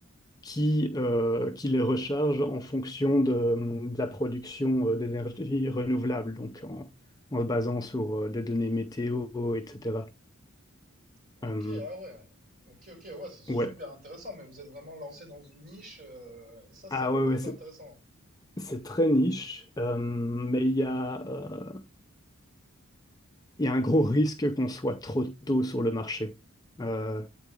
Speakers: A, on the left (about 15°); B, on the right (about 40°).
A: qui, euh, qui les recharge en fonction de, de la production euh, d'énergie renouvelable, donc en, en se basant sur euh, des données météo, etc.
B: Ok,
A: Euh,
B: ah ouais. Ok, ok, ouais, c'est super
A: ouais.
B: intéressant, mais vous êtes vraiment lancé dans une niche, euh, et ça, c'est
A: Ah ouais,
B: plutôt
A: ouais, c'est
B: intéressant.
A: c'est très niche, euh, mais il y a, euh, il y a un gros risque qu'on soit trop tôt sur le marché. Euh,